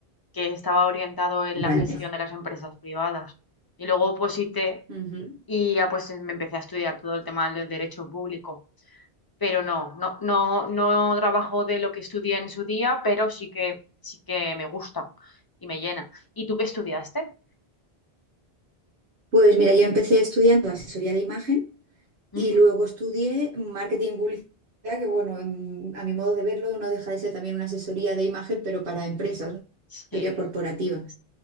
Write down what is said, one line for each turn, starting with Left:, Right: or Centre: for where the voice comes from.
Left: que estaba orientado en
Right: Vale.
Left: la gestión de las empresas privadas. Y luego oposité
Right: Ujú.
Left: y ya pues me empecé a estudiar todo el tema del derecho público. pero no, no, no, no trabajo de lo que estudié en su día, pero sí que, sí que me gusta y me llena. ¿Y tú qué estudiaste?
Right: Pues mira, yo empecé estudiando asesoría de imagen
Left: Ujú.
Right: y luego estudié marketing y publicidad, que bueno, en- a mi modo de verlo no deja de ser también una asesoría de imagen, pero para empresas, ¿no?
Left: Sí,
Right: asesoría corporativa.